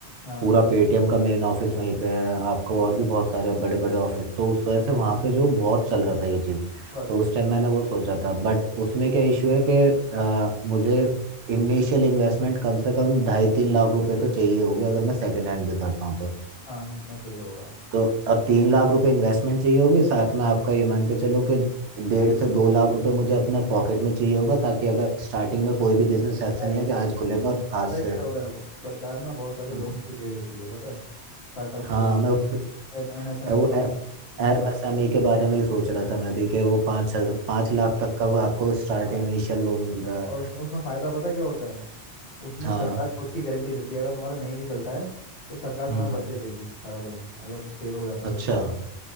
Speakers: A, on the left; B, on the right.
A: हाँ
B: पूरा पेटीएम का मेन ऑफिस वहीं पे है आपको और
A: ब्रेक
B: भी बहुत सारे बड़े बड़े ऑफिस तो उस वजह से वहाँ
A: हाँ, फिर
B: पे जो बहुत चल रहा था ये चीज़
A: तो आते
B: तो उस
A: हैं
B: टाइम मैंने वो सोचा था बट उसमें क्या इशू है कि अ, मुझे इनिशियल इन्वेस्टमेंट कम से कम ढाई तीन लाख रुपए तो चाहिए होगी अगर मैं सेकंड हैंड भी करता हूँ तो
A: हाँ इतना चाहिए होगा
B: तो और तीन लाख रुपए इन्वेस्टमेंट चाहिए होगी साथ में आपका ये मान के चलो कि डेढ़ से दो लाख रुपए मुझे अपने पॉकेट में चाहिए होगा ताकि अगर स्टार्टिंग में कोई भी बिजनेस ऐसा
A: पता
B: नहीं
A: है
B: है कि आज खुलेगा और
A: पता
B: आज
A: है क्या
B: से
A: हो रहा है अब सरकार ना बहुत सारे लोन्स
B: हम्म
A: भी दे देती है पता है स्टार्टअप्स
B: हाँ
A: के लिए
B: मैं उसके
A: एमएसएमई
B: ए- वो
A: हो हाँ
B: एमएसएमई के बारे में ही सोच रहा था मैं भी कि वो पाँच हज- पाँच लाख तक का वो आपको स्टार्ट
A: हाँ
B: इनिशियल लोन मिल रहा है
A: और उसमें उसमें फ़ायदा पता है क्या होता है उसमें
B: हाँ
A: सरकार खुद की गारंटी देती है अगर तुम्हारा नहीं भी चलता है तो सरकार तुम्हारे
B: हम्म
A: बदले देगी सारा लोन अगर तुम फेल हो जाते हो
B: अच्छा
A: तो